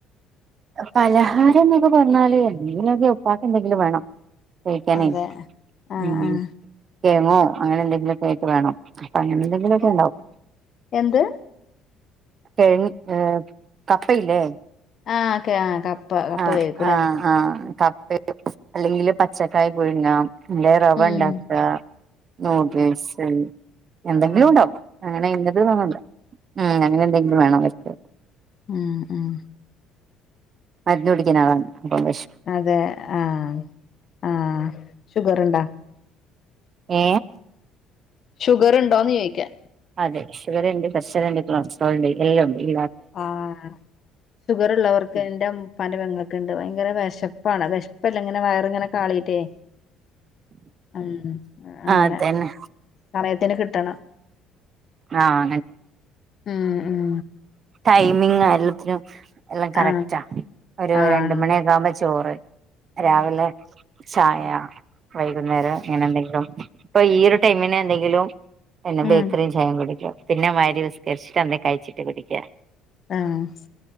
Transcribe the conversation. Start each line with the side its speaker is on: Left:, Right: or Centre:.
Right: പലഹാരം എന്നൊക്കെ പറഞ്ഞാല് എന്തെിലുമൊക്കെ ഉപ്പാക്ക് എന്തെങ്കിലും വേണം കയ്ക്കാനെ
Left: അതെ ആഹ്
Right: ഉം
Left: ആഹ്
Right: കേങ്ങോ അങ്ങനെ എന്തെങ്കിലുക്കായ്ട്ട് വേണം അപ്പൊ അങ്ങനെ എന്തെങ്കിലും ഒക്കെ
Left: എ
Right: ണ്ടാവും
Left: എന്ത്
Right: കേങ്ങ് ഏ കപ്പയില്ലേ?
Left: ആഹ് <unintelligible>
Right: ആഹ്
Left: വേവിക്കൂലേ
Right: ആഹ് ആഹ് കപ്പ അല്ലെങ്കില് പച്ചക്കായ പുഴുങ്ങാ അല്ലേയ് റവണ്ടാകാ
Left: ഉം
Right: നൂഡിൽസ്
Left: ആഹ്
Right: എന്തെങ്കിലുണ്ടാവും
Left: ആഹ്
Right: അങ്ങനെ ഇന്നത് ന്നില്ല ആഹ് അങ്ങനെന്തെങ്കിലും വേണവർക്ക്
Left: ഉം ഉം
Right: മരുന്ന്ടിക്കുന്ന ആളാണ് അപ്പം വിഷപ്പ്
Left: അതെ ആഹ് ആഹ് ഷുഗർണ്ടോ?
Right: ഏ
Left: ഷുഗർ ഉണ്ടോന്ന് ചോയ്ക്കാ
Right: അതെ ഷുഗറ്ണ്ട് പ്രഷറ്ണ്ട് കൊളസ്ട്രോളുണ്ട് എല്ലാം ഉണ്ട് ഈ
Left: ആഹ് ഷുഗറുള്ളവർക്ക് എന്റെപ്പാന്റെ പെങ്ങക്ക്ണ്ട് ഭയങ്കര വിശപ്പാണ്. വിശപ്പല്ല ഇങ്ങനെ വയറിങ്ങനെ കാളീട്ടേ ഉം അങ്ങനെ
Right: ആഹ് അതന്നെ
Left: സമയത്തിന് കിട്ടണം
Right: ആഹ്
Left: ഉം ഉം
Right: ടൈമിങ എല്ലത്തിനും എല്ലാം കറക്റ്റാ
Left: ആഹ്
Right: ഒരു
Left: ആഹ്
Right: രണ്ട മണിയക്കാകുമ്പോ ചോറ്
Left: ഉം
Right: രാവിലെ ചായ
Left: ഉം
Right: വൈകുന്നേരം ഇങ്ങനെ എന്തെങ്കിലും ഇപ്പൊ
Left: ഉം
Right: ഈ ഒരു ടൈമിന് എന്തെങ്കിലും പിന്നെ
Left: ഉം
Right: ബേക്കറിം ചായിം കുടിക്ക പിന്നെ <unintelligible> നിസ്കരിച്ചിട്ട് എന്തെ കഴിച്ചിട്ട് കുടിക്കുക
Left: ആഹ്